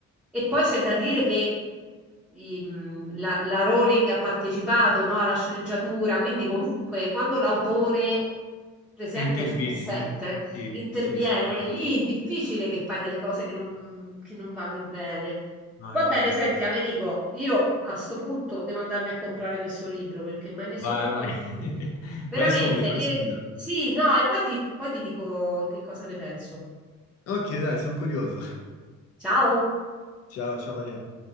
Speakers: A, in the centre; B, on the left.
A: E poi c'è da dire che i- mh, la, la Rowling ha partecipato, no, alla sceneggiatura, quindi comunque quando l'autore presente
B: E interviene.
A: sul set
B: Sì,
A: interviene,
B: sì, sì, chiaro.
A: lì è difficile che fai delle cose che non, che non vanno bene.
B: No,
A: Va
B: è vero.
A: bene, senti, Amerigo, io a sto punto devo andarmi a comprare questo libro perché mi hai messo
B: Vai,
A: troppa
B: vai.
A: curiosità.
B: <laughs>
A: Veramente,
B: Vai subito,
A: e,
B: vai subito.
A: sì, no, e poi ti, poi ti dico che cosa ne penso.
B: Ok, dai, sono curioso.
A: Ciao!
B: Ciao, ciao Maria.